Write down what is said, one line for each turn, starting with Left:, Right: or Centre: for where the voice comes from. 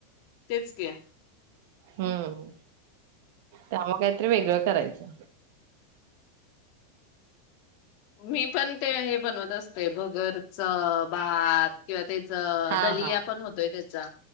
Left: तेच की.
Right: हम्म त्यामुळे काहीतरी वेगळं करायचं.
Left: मी पण ते हे बनवत असते. ते भगरच. भात. किंवा त्याच
Right: हा
Left: दलिया
Right: हा
Left: पण होतोय त्याचा